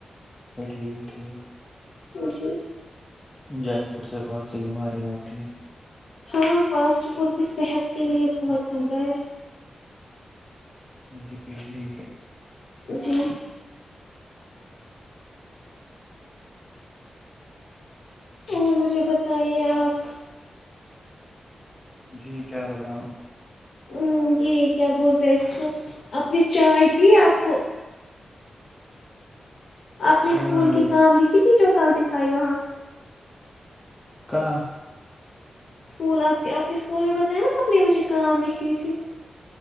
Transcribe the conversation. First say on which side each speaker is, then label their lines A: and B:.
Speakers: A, on the left; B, on the left.
A: ا ٹھیک ٹھیک
B: جی
A: جنک فوڈ سے بہت سی بیماریاں ہوتی ہیں
B: ہاں فاسٹ فوڈ بھی صحت کے لیے بہت ھنڈا ہے
A: جی جی
B: جی اور مجھے بتائیے آپ
A: جی کیا بتاؤں میں
B: ہوں جی کیا بولتے ہیں اس کو اپنی چائے پی آپ کو اپنے
A: جی
B: اسکول
A: ہاں میں
B: کی
A: نے
B: کام لکھی تھی جو کل دکھائی وہاں
A: کہ <unintelligible>
B: اسکول آپ کے آپ کے اسکول میں بتایا نا آپ نے مجھے کام لکھنی تھی